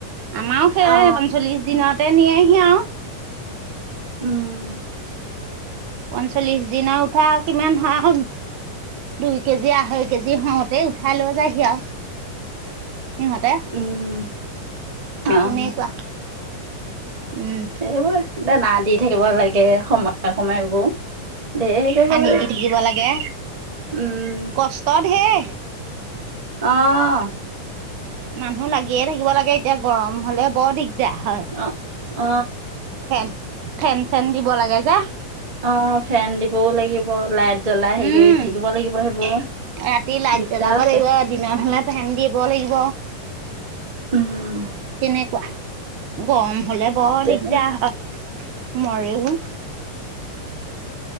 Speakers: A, on the right; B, on the right.
A: আমাৰওঁ সেইয়
B: অ
A: পঞ্চল্লিশ দিনতে নিয়েই নিয়ে আওঁ
B: উম।
A: পঞ্চল্লিশ দিনা উঠা কিমান হাঁহ। দুই কেজি আঢ়ৈ কেজি হওঁতেই উঠাই লৈ যায়হি আৰু সিহঁতে
B: উম
A: তেনেকুৱা,
B: অ
A: উম
B: এইবোৰ দানা দি থাকিব লাগে সময়ে সময়বোৰ ঢেৰ হে কৰিব
A: পানী
B: লাগে
A: দি থাকিব লাগে
B: উম
A: কষ্ট ঢেৰ
B: আহ
A: মানুহ লাগিয়ে থাকিব লাগে এতিয়া গৰম হলে বৰ দিগদাৰ হয়
B: অ অ
A: ফেন ফেন চেন দিব লাগে যে
B: অ ফেন দিবও লাগিব লাইট, জ্বলাই হেৰি
A: উম
B: কৰি থাকিব লাগিব সেইবোৰ
A: ৰাতি লাইত
B: দিগদাৰ
A: জ্বলাব
B: আছে
A: লাগিব দিনত হলে ফেন দিব লাগিব,
B: উম
A: কেনেকুৱা গৰম, হলে বৰ
B: তেনে
A: দিগদাৰ হয় মৰেও উম